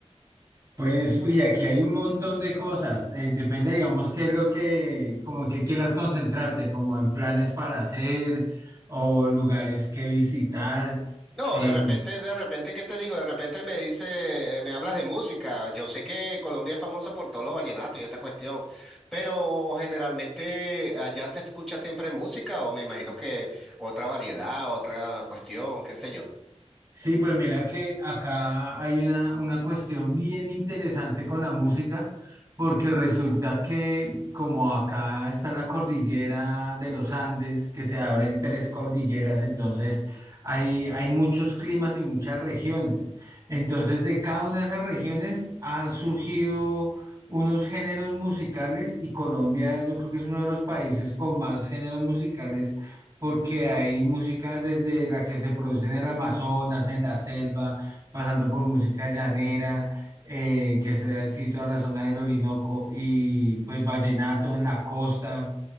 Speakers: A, on the right; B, in the centre.
A: Pues, uy, aquí hay un montón de cosas. eh, depende, digamos, qué es lo que, como en qué quieras concentrarte, como en planes para hacer o lugares que visitar.
B: No,
A: eh,
B: de repente, de repente, ¿qué te digo? De repente me dice, eh, me hablas de música. Yo sé que Colombia es famosa por todos los vallenatos y esta cuestión, pero generalmente allá se escucha siempre música o me imagino que otra variedad, otra cuestión, qué sé yo.
A: Sí, pues mira que acá hay una, una cuestión bien interesante con la música, porque resulta que como acá está la cordillera de los Andes, que se abren tres cordilleras, entonces hay, hay muchos climas y muchas regiones. Entonces de cada una de esas regiones han surgido unos géneros musicales y Colombia yo creo que es uno de los países con más géneros musicales porque hay música desde la que se produce en el Amazonas, en la selva, pasando por música llanera, eh, que sea así toda la zona del Orinoco, y pues vallenato en la costa.